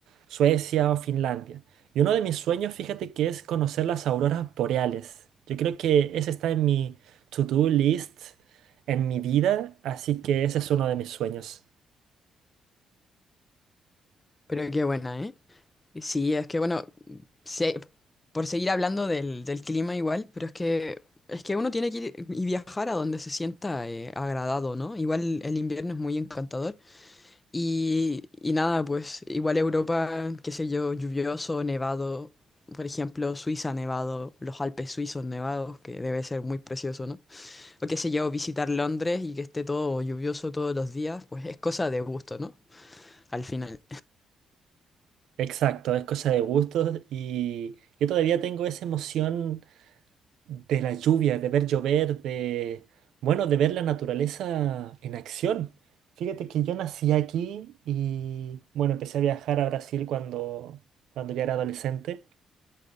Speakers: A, on the right (about 80°); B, on the left (about 20°).
A: Suecia o Finlandia. Y uno de mis sueños, fíjate que es conocer las auroras boreales. Yo creo que ese está en mi to-do list en mi vida, así que ese es uno de mis sueños.
B: Pero qué buena, ¿eh? Sí, es que bueno, se- por seguir hablando del, del clima igual, pero es que es que uno tiene que ir y viajar a donde se sienta eh, agradado, ¿no? Igual el invierno es muy encantador y, y nada, pues igual Europa, qué sé yo, lluvioso, nevado, por ejemplo, Suiza nevado, los Alpes suizos nevados, que debe ser muy precioso, ¿no? O qué sé yo, visitar Londres y que esté todo lluvioso todos los días, pues es cosa de gusto, ¿no? Al final.
A: Exacto, es cosa de gustos y yo todavía tengo esa emoción de la lluvia, de ver llover, de, bueno, de ver la naturaleza en acción. Fíjate que yo nací aquí y, bueno, empecé a viajar a Brasil cuando, cuando ya era adolescente,